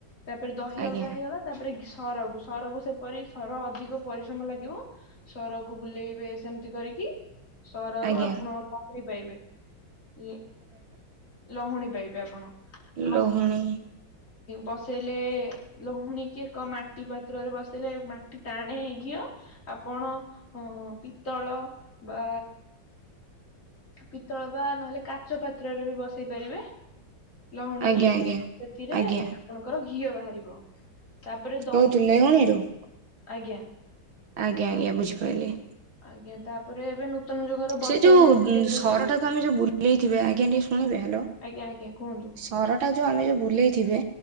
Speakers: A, on the left (about 40°); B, on the right (about 80°).
A: ତାପରେ ଦହି
B: ଆଜ୍ଞା
A: ଅଲଗା ହେଇଗଲା ତାପରେ ଘିସ୍ ସରକୁ ସରକୁ ସେପରି ସରକୁ ଅଧିକ ପରିଶ୍ରମ ଲାଗିବ ସରକୁ ବୁଲେଇବେ ସେମତି କରିକି ସରରୁ
B: ଆଜ୍ଞା
A: ଆପଣ ଲହୁଣୀ ପାଇବେ ଇଏ ଲହୁଣୀ ପାଇବେ ଆପଣ। ଲହୁଣୀ
B: ଲୋହୁଣୀ
A: ବସେଇଲେ ଲୋହୁଣୀ କିଏ କ ମାଟି ପାତ୍ରରେ ବସେଇଲେ ମାଟି ଟାଣେ ଘିଅ ଆପଣ ହଁ ପିତ୍ତଳ ବା ପିତ୍ତଳ ବା ନହେଲେ କାଚ ପାତ୍ରରେ ବି ବସେଇ ପାରିବେ। ଲହୁଣୀ
B: ଆଜ୍ଞା
A: କିି,
B: ଆଜ୍ଞା
A: ସେଥିରେ
B: ଆଜ୍ଞା
A: ଆପଣଙ୍କର ଘିଅ ବାହାରିବ। ତାପରେ
B: <unintelligible>
A: ଦହି ଆଜ୍ଞା।
B: ଆଜ୍ଞା ଆଜ୍ଞା ବୁଝିପାଇଲି।
A: ଆଜ୍ଞା ତାପରେ ଏବେ ନୂତ୍ ନୂତନ୍ ଯୁଗର ବଟର୍
B: ସେ ଯୋଉ
A: ବି ଏବେ ତିଆରି ହଉଛି,
B: ସରଟାକୁ ଆମେ ଯୋଉ ବୁଲେଇଥିବେ ଆଜ୍ଞା ଟିକେ ଶୁଣିବେ
A: ଆଜ୍ଞା।
B: ହ୍ୟାଲୋ
A: ଆଜ୍ଞା ଆଜ୍ଞା କୁହନ୍ତୁ।
B: ସରଟା ଯୋଉ ଆମେ ଯୋଉ ବୁଲେଇଥିବେ